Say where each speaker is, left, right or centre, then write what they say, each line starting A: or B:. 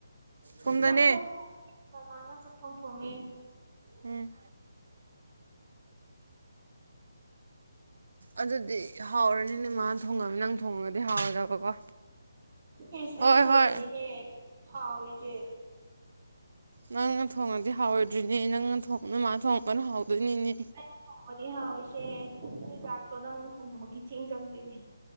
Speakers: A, on the right; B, on the right.
A: ꯁꯣꯝꯗꯅꯦ
B: ꯆꯝꯊꯣꯡ ꯊꯣꯡꯉꯦ ꯃꯃꯥꯅ ꯆꯝꯊꯣꯡ ꯊꯣꯡꯉꯦ
A: ꯎꯝ ꯑꯗꯨꯗꯤ ꯍꯥꯎꯔꯅꯤ ꯅꯣꯢꯃꯥꯅ ꯊꯣꯡꯉꯝꯅꯤ ꯅꯪ ꯊꯣꯡꯉꯒꯗꯤ ꯍꯥꯎꯔꯣꯏꯗꯕꯀꯣ
B: ꯏꯁ
A: ꯍꯣꯏ
B: ꯑꯩꯅ ꯊꯣꯡꯕꯅꯤꯅꯦ
A: ꯍꯣꯏ
B: ꯍꯥꯎꯔꯤꯁꯦ
A: ꯅꯪꯅ ꯊꯣꯡꯉꯗꯤ ꯍꯥꯎꯔꯣꯏꯗ꯭ꯔꯤꯅꯦ ꯅꯪꯅ ꯊꯣꯡ ꯅꯣꯢꯃꯥꯅ ꯊꯣꯡꯉꯒꯅ ꯍꯥꯎꯗꯣꯏꯅꯤꯅꯦ
B: ꯑꯩꯅ ꯊꯣꯡꯕꯅꯤ ꯍꯥꯎꯔꯤꯁꯦ ꯅꯣꯏ ꯆꯥꯛꯇꯣ ꯅꯪꯅ ꯊꯣꯡꯕꯒꯤ ꯆꯦꯡ ꯆꯪꯗꯣꯏꯅꯦ